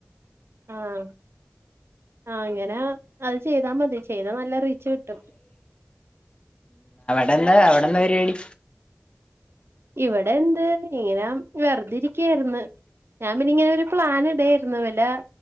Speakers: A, on the right; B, on the left.
A: ആഹ് അങ്ങനെ അഹ് ചെയ്താ മതി ചെയ് ത നല്ല റീച്ച് കിട്ടും
B: ന്നതാ അവ്ടെന്താ പരിവാടി
A: ഇവ്ടെന്ത്‌ ഇങ്ങനെ വേർതെരിക്കാർന്നു ഞാ പിന്നെങ്ങനൊര് പ്ലാന് ടേർന്നു വല്ല